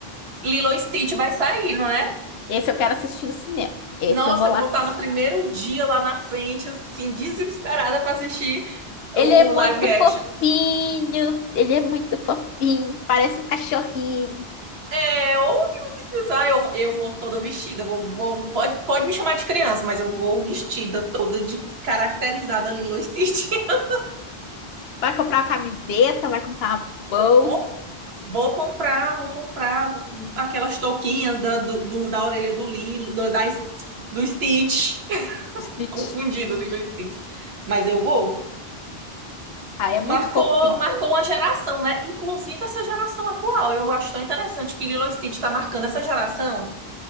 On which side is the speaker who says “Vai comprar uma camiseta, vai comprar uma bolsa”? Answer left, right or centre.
Left